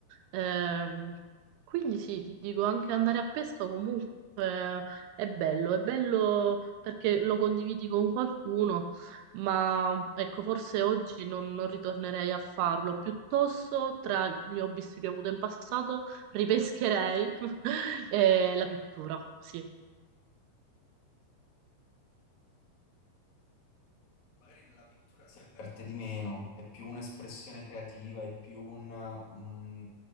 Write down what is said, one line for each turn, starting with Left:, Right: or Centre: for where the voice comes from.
Right: Ehm, quindi sì, ti dico, anche andare a pesca comunque è bello, è bello perché lo condividi con qualcuno, ma ecco, forse oggi non, non ritornerei a farlo. Piuttosto, tra gli hobby che ho avuto in passato, ripescherei <laughs> eh, la pittura. Sì.
Left: Magari nella pittura si avverte di meno, è più un'espressione creativa, è più un, mm,